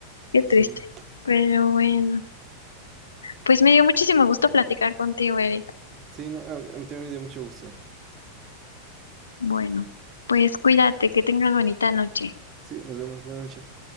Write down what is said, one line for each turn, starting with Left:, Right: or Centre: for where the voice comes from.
Left: qué triste.
Right: Sí,
Left: Pero bueno, pues me dio muchísimo gusto platicar contigo, Eric.
Right: sí, no, a, a mí también me dio mucho gusto.
Left: Bueno, pues cuídate, que tengas bonita noche.
Right: Sí, nos vemos, buenas noches.